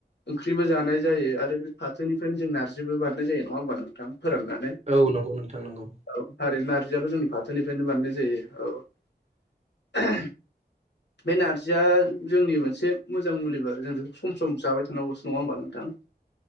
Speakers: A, on the left; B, on the right.
A: ओंख्रिबो जानाय जायो आरो बे फाथोनिफ्रायनो जों नारजिबो बानायनाय जायो नङा होमबा नोंथां फोराननानै
B: औ नंगौ नोंथां नंगौ।
A: औ थारैनो नारजियाथ' जोंनि फाथोनिफ्रायनो बानायनाय जायो औ बे नारजिया जोंनि मोनसे मोजां मुलिबो आरो जों बे सम सम जाबाय थानांगौसो नङा होमबा नोंथां।